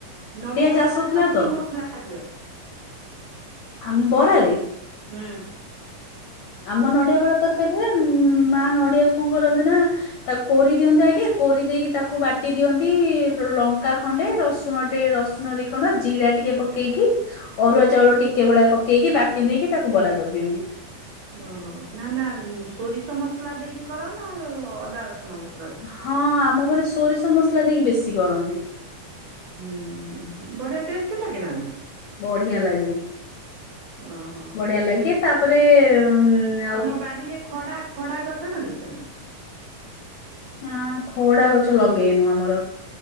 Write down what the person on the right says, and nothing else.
ନଡିଆ
ବରାରେ
ତମେ
କି ମସଲା ଦିଅ?
ହୁଁ।
ଓ ହୋ ନା ନା ସୋରିଷ ମସଲା ଦେଇକି କର ନା ଅଦା ରସୁଣ ମ
ହୁଁ ବଢିଆ ଟେଷ୍ଟ ଲାଗିଲା ନା?
ଓହୋ।
ତମ ବାଡିରେ ଖଡା ଖଡା ଗଛ ନଗେଇଚ ନା?